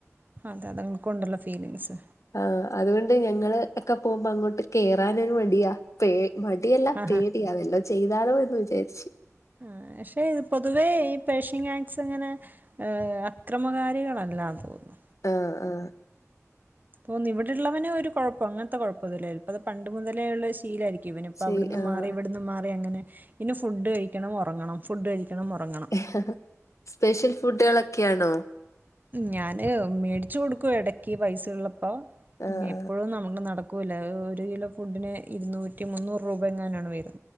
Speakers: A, on the right; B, on the left.
A: അതെ അതുങ്ങക്കും ഉണ്ടല്ലോ ഫീലിംഗ്സ്
B: ആ അതുകൊണ്ട് ഞങ്ങള് ഒക്കെ പോകുമ്പോ അങ്ങോട്ട് കേറാനൊരു മടിയാ പേ മടിയല്ല
A: ആഹാ
B: പേടിയാ വല്ലോം ചെയ്താലോ എന്നുവിചാരിച്ചു
A: ആ പക്ഷെ പൊതുവേ ഈ പേർഷ്യൻ ക്യാറ്റ്സ് അങ്ങനെ ഏ അക്രമകാരികളല്ലാന്ന് തോന്നുന്നു
B: ആ ആ
A: ഇപ്പൊന്ന് ഇവിടൊള്ളവന് ഒരു കുഴപ്പോ അങ്ങനത്തെ കൊഴപ്പൊന്നുല്ലാ ചെൽപ്പത് പണ്ടുമുതലേയുള്ള ശീലമായിരിക്കും ഇവനിപ്പം
B: ശരി
A: അവിടുന്നുമാറി
B: ആഹ്
A: ഇവിടന്നും മാറി അങ്ങനെ ഇതിന് ഫുഡ് കഴിക്കണം ഒറങ്ങണം ഫുഡ് കഴിക്കണം ഒറങ്ങണം
B: ഹ് ഹ ഹ സ്പെഷ്യൽ ഫുഡുകളൊക്കെയാണോ
A: ഞാന് മേടിച്ചുകൊടുക്കും എടക്ക് പൈസയുള്ളപ്പോ പിന്നെ
B: ആഹ്
A: എപ്പോഴൊന്നും
B: ആഹ്
A: നമ്മുക്ക് നടക്കൂല ഒരുകിലോ ഫുഡിന് ഇരുന്നൂറ്റി മുന്നൂറുരൂപ എങ്ങാനാണ് വരുന്നത്